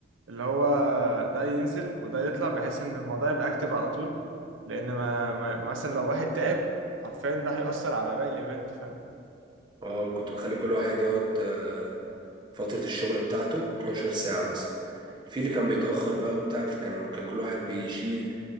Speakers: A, on the right; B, on the right.
A: اللي هو ده ينزل وده يطلع بحيث ان الموضوع يبقى اكتف على طول لان ما, ما مثلا لو واحد تعب حرفيا ده هيأثر على باقي الايفنت فاهم
B: اه كنت بخلي كل واحد يقعد آه، فتره الشغل بتاعته 12 ساعه مثلا في اللي كان بيتاخر بقى وبتاع فكان كان كل واحد بيشيل